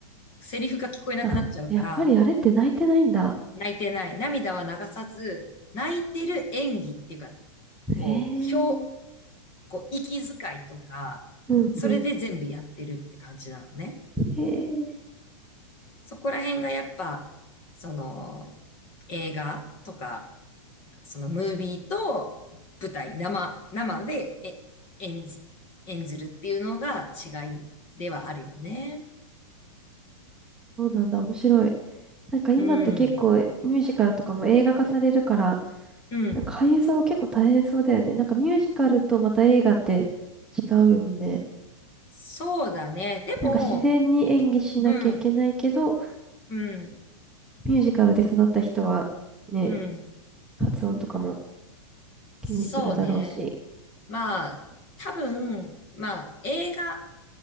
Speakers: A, on the left (about 30°); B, in the centre.
A: セリフが聞こえなくなっちゃうから、
B: あ、やっぱりあれって泣いてないんだ。
A: 泣いてない。涙は流さず、泣いてる演技っていうか、
B: へえ。
A: こう、表、こう、息遣いとか、
B: うんうん。
A: それで全部やってるって感じなのね。
B: へえ。
A: そこら辺がやっぱ、その、映画とか、そのムービーと舞台、生、生でえ演じ、演ずるっていうのが違いではあるよね。
B: そうなんだ。面白い。なんか今って結構ミュージカルとかも映画化されるから、
A: うん。うん。
B: なんか俳優さんは結構大変そうだよね。なんかミュージカルとまた映画って違うよね。
A: そうだね。でも、
B: なんか自然に演技しなきゃいけないけど、
A: うん、うん。
B: ミュージカルで育った人はね、
A: うん。
B: 発音とかも
A: そうね。
B: 気にするだろうし。
A: まあ、多分、まあ、映画